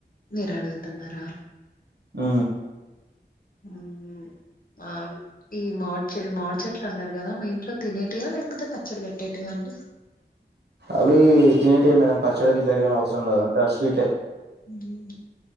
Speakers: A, on the left; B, on the right.
A: మీరు అడుగుతున్నారా
B: మ్
A: మ్ ఆ ఈ మాడిచె మాడి చెట్లు అన్నారు గదా మీ ఇంట్లో తినేటియా లేకపోతే పచ్చడి పెట్టేటియా అండి
B: అవి తనిటీ మేడం పచ్చడికి ఇట్లాక ఏమి అవసరం లేదు అంట స్వీటే
A: మ్మ్.